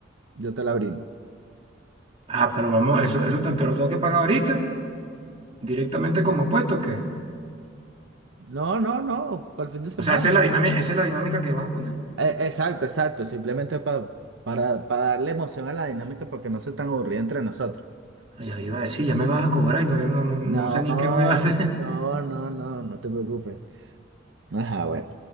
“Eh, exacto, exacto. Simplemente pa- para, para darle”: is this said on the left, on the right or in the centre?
Right